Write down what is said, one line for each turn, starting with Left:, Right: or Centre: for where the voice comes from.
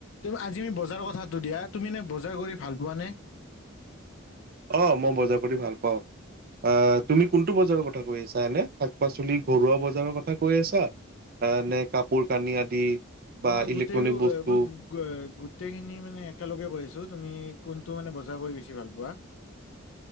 Left: তো আজিৰ আমি বজাৰৰ কথাটো দিয়া তুমি নে বজাৰ কৰি ভাল পোৱা নে
Right: অ ম বজাৰ কৰি ভাল পাওঁ এ তুমি কোনটো বজাৰৰ কথা কৈ আছা এনে শাক পাচলি ঘৰুৱা বজাৰৰ কথা কৈ আছা আ নে কাপোৰ কানি আদি বা
Left: মই গোটেইলো
Right: ইলেক্ট্ৰনিক বস্তু
Left: মই গো গো এ গোটেই খিনি মানে একেলগে কৈ আছো তুমি, কোনটো মানে বজাৰ কৰি বেছি ভাল পোৱা।